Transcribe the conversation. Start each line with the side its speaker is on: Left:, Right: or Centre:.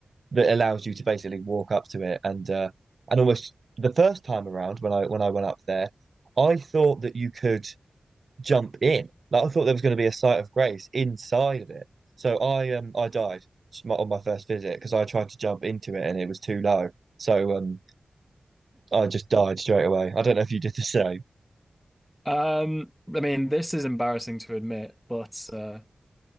Right: that allows you to basically walk up to it and uh, and almost the first time around when I when I went up there, I thought that you could jump in. Like I thought there was going to be a site of grace inside of it. So I um I died on my first visit because I tried to jump into it and it was too low. So um I just died straight away. I don't know if you did the same.
Centre: Um, I mean, this is embarrassing to admit, but uh,